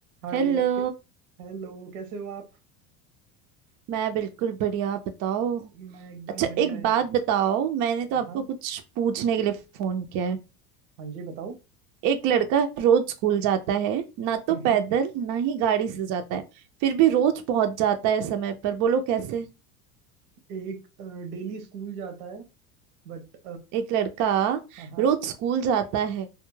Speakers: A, on the right (about 75°); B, on the right (about 45°).
A: हाय
B: Hello
A: कै- हेलो कैसे हो आप
B: मैं बिल्कुल बढ़िया आप बताओ
A: मैं एकदम
B: अच्छा
A: बढ़िया
B: एक
A: यार
B: बात बताओ मैंने तो
A: हाँ
B: आपको
A: हाँ
B: कुछ पूछने के लिए फोन किया है
A: हाँ जी बताओ
B: एक लड़का रोज स्कूल जाता है ना तो
A: हम्म
B: पैदल
A: हम्म,
B: ना ही गाड़ी से जाता है फिर भी रोज पहुंच जाता है समय पर बोलो कैसे
A: एक अ, डेली स्कूल जाता है बट
B: एक लड़का
A: हाँ हाँ
B: रोज स्कूल जाता है